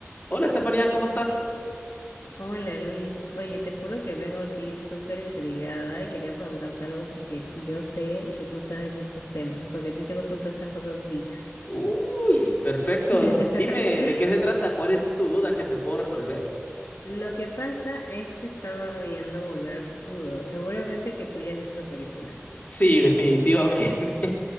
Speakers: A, on the left; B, on the left.
A: Hola Estefanía, ¿cómo estás?
B: Hola Luis, oye, te juro que vengo aquí súper intrigada y quería preguntarte algo porque yo sé que tú sabes estos temas, porque a ti te gustan todas estas cosas geeks.
A: Uy, perfecto.
B: <laughs>
A: Dime de qué se trata, cuál es tu duda que te puedo resolver.
B: Lo que pasa es que estaba viendo Volver al Futuro, seguramente que tú ya has visto esa película.
A: Sí, definitivamente. <laughs>